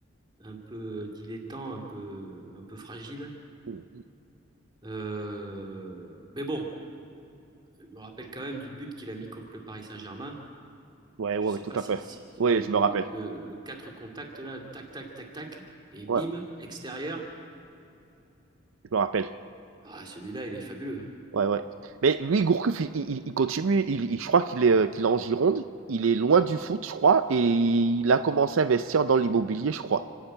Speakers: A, on the right; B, on the right.
A: un peu dilettant, un peu, un peu fragile.
B: Mhm.
A: Euh, mais bon, je me rappelle quand même du but qu'il a mis contre le Paris Saint-Germain.
B: Ouais,
A: Je
B: ouais,
A: sais
B: ouais, tout
A: pas
B: à
A: si,
B: fait.
A: si- si
B: Ouais,
A: le,
B: je
A: le,
B: me rappelle.
A: le, le 4 contact là, tac, tac, tac, tac, et bim,
B: Ouais,
A: extérieur.
B: je me rappelle.
A: Ah, celui-là, il est fabuleux.
B: Ouais, ouais. Mais lui, Gourcuff, il, il- il continue. Il, il- je crois qu'il est, euh, qu'il est en Gironde. Il est loin du foot, je crois. Et il a commencé à investir dans l'immobilier, je crois.